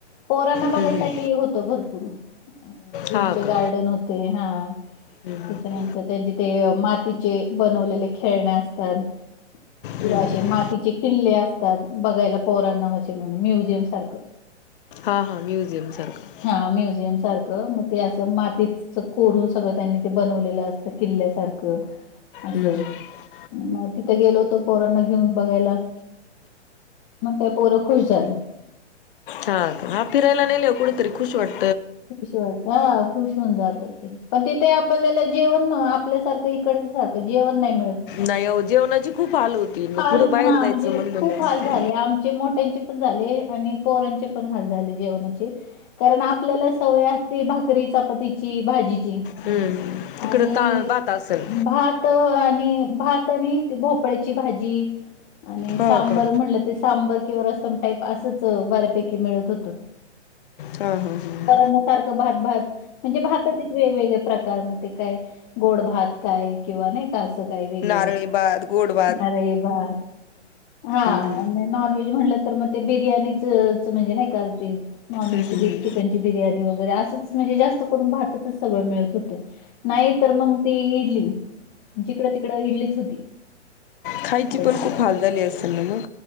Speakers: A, on the left (about 25°); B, on the left (about 45°).
A: पोरांना
B: हम्म
A: बघायसाठी होतं भरपूर जू
B: हा हा हा
A: चे
B: हम्म हम्म हम्म हम्म हा का
A: गार्डन होते. हा
B: हम्म हम्म
A: त्याच्यानंतर त्यांचे ते मातीचे बनवलेले खेळणे असतात. किंवा
B: हम्म
A: असे मातीचे किल्ले असतात बघायला पोरा माझे म्हणून म्युझियम सारखं
B: हा हा म्युझियम सारखं.
A: हा म्युझियम सारखं ते माती कोरून सगळं त्यांनी ते बनवलेलं असत किल्ल्यासारखं असं
B: हम्म हम <inaudible>
A: मग तिथे गेलो होतो पोरांना घेऊन बघायला मग त्या पोर. खुश झाली.
B: हा फिरायला नाहीेल कुठेतरी खुश वाटत
A: खूष वाट खूष होऊन जात ते पण तिथे आपल्याला जेवण आपल्याला जेवण आपल्यासारखं इकडं तेथे आपल्याला जेवण सारखं जेवण नाही मिळत
B: नाही हो जेवणाची खूप. हाल होती
A: हाल
B: पुढं बाहेर
A: हा
B: जायचं
A: म्हणजे
B: म्हणलं
A: खूप
B: नाही
A: हाल झाले आमचे मोठ्यांचे पण हाल झाले पोराचे पण हाल झाले जेवणाचे कारण आपल्याला सवय असती भाकरी चपाती ची, भाजी
B: हम्म तिकडं
A: आणि
B: ता भात असेल
A: भात आणि भात भोपळ्याची भाजी आणि
B: हो
A: सांबर
B: का
A: म्हणलं ते सांबर किंवा रसम टाईप असंच बऱ्यापैकी मिळत होत.
B: हा हा हा
A: पोरांना सारखं भात भात म्हणजे भाताचेच वेगवेगळे प्रकार म काय गोड भात काय किंवा नाही असं काही वेगवेगळ
B: नारळीभात, गोडभात
A: नारळी भात हा
B: हम्म
A: नॉन व्हेज म्हणलं मग ते बिर्याणी चंच म्हणजे नाही का नॉन व्हेजची
B: हम्म हम्म हम्म.
A: चिकन ची बिर्याणी वगैरे असंच जास्त करून भाताचं सगळं मिळत होत, नाही तर मग ते इडली. जिकडं तिकडं इडलीच होती.
B: खायची
A: खायला.
B: पण खूप हाल झाले असेल ना मग?